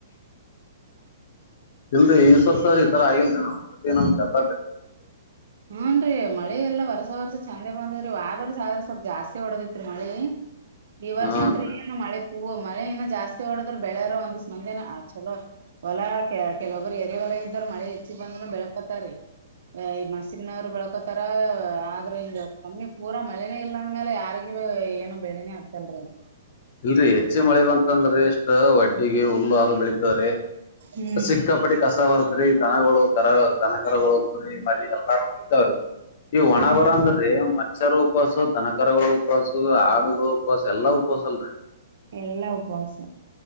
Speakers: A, on the left; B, on the right.
A: ಇಲ್ರರಿ ಈ್ವರ್ ಸರ್ ಈ ತರ ಆಗಿಲ್ರಿ ನಾ ನಮ್ ಬೆತ
B: ಹೂನ್ ರೀ ಮಳಿ ಎಲ್ಲಾ ವರ್ಸ ವರ್ಸ ಚಂದೆ ಬಂದೇರೀ ವಾದರ್ಸ ಆದ ಸ್ವಲ್ಪ್ ಜಾಸ್ತಿ ಹೊಡದಿತ್ರಿ ಮಳಿ ಈ ವರ್ಷ
A: ಹಾನ್ರಿ
B: ಅಂತ್ ಏನು ಮಳೆ ಹೂ ಮಳೆ ಇನ್ನು ಜಾಸ್ತಿ ಓಡದ್ರ ಬೆಳೆಯಾರ ಒಂದ ದಿವ್ ಮುಂದೆನ ಚಲೋ ಹೊಲ ಕೆ ಕೆಲೊಬ್ಬರು ಪರಿವಲ್ಲ ಇದ್ರ ಮಳೆ ಹೆಚ್ಚಿ ಬಂದ್ರರು ಬೆಳಳ್ಕತಾರ ಈ ಮಣಸಗನವ್ರು ಬೆಳ್ಕೋತಾರ ಆದ್ರೆ ಹಿಂಗ ಕಮ್ಮಿ ಪೂರ ಮಳನೇ ಇಲ್ಲಾಂದ್ಮೇಲೆ ಯಾರಿಗ ಏನು ಬೆಳನೇ ಆಗ್ತಲ್ರಿ ಅ
A: ಇಲ್ರರಿ ಹೆಚ್ಚಿ ಮಳಿ ಬಂತಂದ್ರಿ ಇಷ್ಟ ವಡ್ಡಿಗೆ ಹುಲ್ಲು ಅದು ಬೆಳಿತವ್ರೀ
B: ಹ್ಮ್
A: ಸಕ್ಕಪಟ್ಟಿ ಕಸ ವರ್ತ ಅ್ರ ಈ ದನಗಳು ಕರ ದನ ಕರಗಳು ಕುರಿ ಮರಿ ಎಲ್ಲ ಇತಾವ್ರಿ ಈ ಒಣ
B: ಹ್ಮ್
A: ಬರ ಅಂದ್ರೆ ಮ ಅಕ್ಷರ ಉಪವಾಸ ದನಕರಗಳ ಉಪವಾಸ ಹಾಡುಗಳ ಉಪವಾಸ ಎಲ್ಲಾ ಉಪವಾಸಲ್ರರಿ
B: ಎಲ್ಲಾ ಉಪವಾಸ